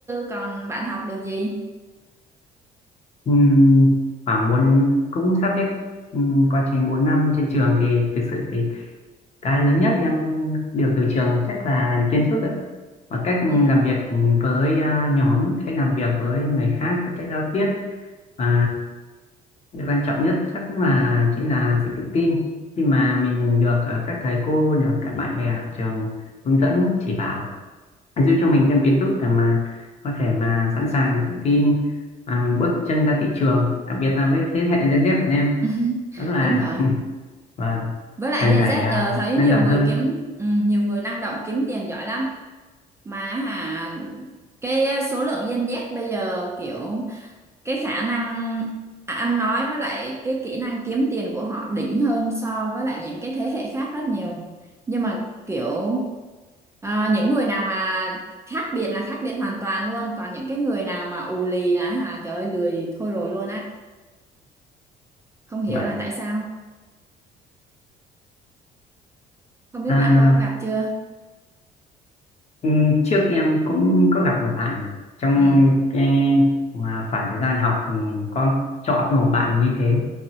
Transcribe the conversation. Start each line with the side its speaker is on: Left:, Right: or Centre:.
Right: còn bạn học được gì
Left: Ừm, khoảng bốn cũng sắp hết ừm, quá trình 4 năm trên trường thì thực sự thì cái lớn nhất em được từ trường chắc là kiến thức ạ và cách
Right: ừ.
Left: làm việc với ờ, nhóm cách làm việc với người khác cách giao tiếp và điều quan trọng nhất chắc cũng là chính là sự tự tin khi mà mình được ờ, các thầy cô được các bạn bè ở trường hướng dẫn chỉ bảo giúp cho mình thêm kiến thức để mà có thể mà sẵn sàng tự tin à, bước chân ra thị trường đặc biệt là với thế hệ Gen Z bọn em
Right: <laughs>
Left: rất là
Right: đúng rồi
Left: ừ, vâng
Right: với lại
Left: cần
Right: Gen
Left: phải
Right: Z
Left: à,
Right: giờ thấy
Left: năng
Right: nhiều
Left: động
Right: người
Left: hơn
Right: kiếm ừ, nhiều người năng động kiếm tiền giỏi lắm mà hả cái ờ, số lượng Gen Z bây giờ kiểu cái khả năng à, ăn nói với lại cái kỹ năng kiếm tiền của họ đỉnh hơn so với lại những cái thế hệ khác rất nhiều nhưng mà kiểu à, những người nào mà khác biệt là khác biệt hoàn toàn luôn còn những cái người nào mà ù lì là hả trời ơi lười thôi rồi luôn á không hiểu
Left: vâng
Right: là tại sao không biết
Left: à,
Right: bạn có gặp chưa
Left: ừ, trước em cũng có gặp một bạn trong
Right: ừ
Left: cái mà khoảng thời gian học thì có chọn một bạn như thế